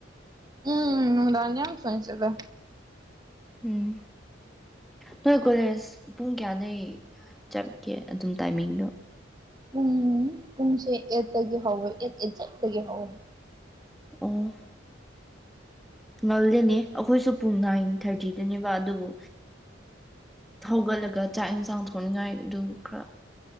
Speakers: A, on the right (about 20°); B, in the centre.
A: ꯎꯝ ꯎꯗꯥ ꯆꯅꯤꯆꯗꯦ
B: ꯎꯝ ꯅꯣꯏ ꯀꯣꯂꯦꯖ ꯄꯨꯡ ꯀꯌꯥꯗꯒꯤꯩ ꯆꯠꯀꯦ ꯑꯗꯨꯝ ꯇꯥꯏꯃꯤꯡꯗꯣ
A: ꯄꯨꯡ ꯄꯨꯡꯁꯦ ꯑꯦꯠꯇꯒꯤ ꯍꯧꯋꯦ ꯑꯦꯠ ꯑꯦꯠꯁꯦꯠꯇꯒꯤ ꯍꯧꯋꯦ
B: ꯑꯣ ꯉꯜꯗꯦꯅꯦ ꯑꯩꯈꯣꯏꯁꯨ ꯄꯨꯡ ꯅꯥꯏꯟ ꯊꯥꯔꯇꯤꯗꯅꯦꯕ ꯑꯗꯨꯕꯨ ꯊꯒꯠꯂꯒ ꯆꯥꯛ ꯌꯦꯟꯁꯥꯡ ꯊꯣꯡꯅꯤꯡꯉꯥꯏ ꯑꯗꯨ ꯈꯔ